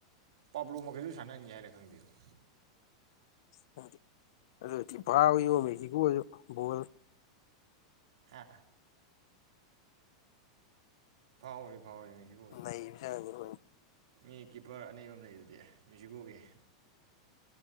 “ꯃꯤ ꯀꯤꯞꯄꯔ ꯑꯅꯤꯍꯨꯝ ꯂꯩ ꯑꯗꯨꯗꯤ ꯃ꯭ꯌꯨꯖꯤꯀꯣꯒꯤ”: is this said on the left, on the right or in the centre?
Right